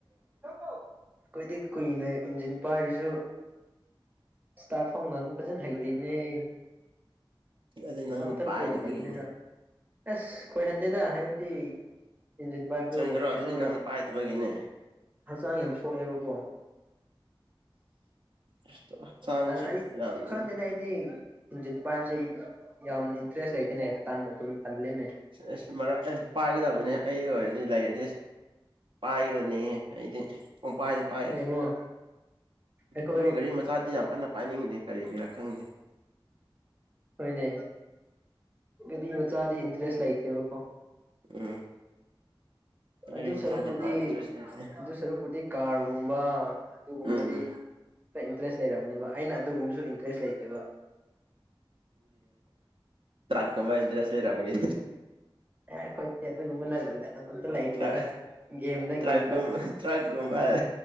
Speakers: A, on the right (about 20°); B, on the right (about 65°).
A: ꯑꯩꯈꯣꯏꯗꯤ ꯀꯨꯏꯅ ꯏꯟꯖꯤꯟ ꯄꯥꯏꯔꯁꯨ ꯏꯁꯇꯥꯔꯠ ꯐꯣꯝꯒꯥꯡ ꯐꯖꯅ ꯍꯩꯗ꯭ꯔꯤꯕꯅꯦ ꯑꯩ
B: ꯑꯗꯨꯗꯤ ꯅꯪꯅ
A: ꯑꯇ
B: ꯄꯥꯏꯗꯕꯒꯤꯅꯦ
A: ꯈꯣꯏꯗꯦꯕꯅꯤꯅ ꯑꯁ ꯈꯣꯏꯍꯟꯗꯦꯗ ꯍꯥꯏꯕꯗꯤ ꯏꯟꯁꯤꯟ ꯄꯥꯏꯕꯗꯣ
B: ꯆꯨꯝꯗ꯭ꯔꯣ
A: ꯀꯩꯅꯣ
B: ꯑꯗꯨꯗꯤ
A: ꯌꯥꯝ
B: ꯅꯪꯅ ꯄꯥꯏꯗꯕꯒꯤꯅꯦ
A: ꯍꯛꯆꯥꯡ ꯌꯥꯝ ꯁꯣꯛꯑꯦꯕꯀꯣ
B: ꯑꯁ ꯍꯛꯆꯥꯡꯁꯦ
A: ꯑꯩ
B: ꯌꯥꯝꯅ
A: ꯈꯪꯗꯦꯅꯦ ꯑꯩꯗꯤ ꯏꯟꯖꯤꯟ ꯄꯥꯏꯕꯕꯁꯤꯦ ꯌꯥꯝ ꯏꯟꯇꯔꯦꯁ ꯂꯩꯇꯅꯦ ꯑꯗꯨꯝ ꯇꯜꯂꯦꯅꯦ
B: ꯑꯁ ꯃꯔꯛ ꯑꯁ ꯄꯥꯒꯗꯕꯅꯦ ꯑꯩ ꯑꯣꯏ ꯂꯩꯔ꯭ꯗꯤ ꯑꯁꯤ ꯄꯥꯏꯒꯗꯧꯅꯤꯍꯦ ꯫ ꯑꯩꯗꯤ ꯄꯣꯝꯄꯥꯏꯗ ꯄꯥꯏꯒꯅꯤ
A: ꯌꯦꯡꯉꯣ ꯑꯩꯈꯣꯏ
B: ꯑꯗꯨꯒ ꯒꯥꯔꯤ ꯃꯆꯥꯗꯤ ꯌꯥꯝ ꯀꯟꯅ ꯄꯥꯏꯅꯤꯡꯗꯦ ꯀꯔꯤꯒꯤꯔꯥ ꯈꯪꯗꯦ ꯫
A: ꯍꯣꯏꯅꯦ ꯗꯤ ꯃꯆꯥꯗꯤ ꯏꯟꯇꯔꯦꯁ ꯂꯩꯇꯦꯕꯀꯣ ꯫
B: ꯎꯝ꯫ ꯒꯥꯔꯤ
A: ꯑꯗꯨ
B: ꯃꯆꯥꯗꯤ
A: ꯁꯔꯨꯛꯄꯨꯗꯤ
B: ꯄꯥꯛ ꯏꯟꯇꯔꯦꯁ ꯂꯩꯇꯦ
A: ꯑꯗꯨ ꯁꯔꯨꯛꯄꯨꯗꯤ ꯀꯥꯔꯒꯨꯝꯕ ꯑꯗꯨꯒꯨꯝꯕꯗꯤ
B: ꯎꯝ ꯎꯝ
A: ꯈꯔ ꯏꯟꯇꯔꯦꯁ <unintelligible> ꯑꯩꯅ ꯑꯗꯨꯒꯨꯝꯕꯁꯨ ꯏꯟꯇꯔꯦꯁ ꯂꯩꯇꯕ
B: ꯇ꯭ꯔꯥꯛꯀꯝꯕꯟꯇꯔꯦꯁ ꯂꯩꯔꯃꯅꯤ
A: ꯑꯦ ꯈꯣꯏꯦ ꯑꯗꯨ ꯃꯅꯂ ꯂꯥꯏꯠꯦꯗ
B: ꯇ꯭ꯔꯥꯛ
A: ꯦꯗ
B: ꯇ꯭ꯔꯥꯛꯀꯨꯝꯕ
A: ꯦꯗ
B: ꯇ꯭ꯔꯥꯛꯀꯨꯝꯕ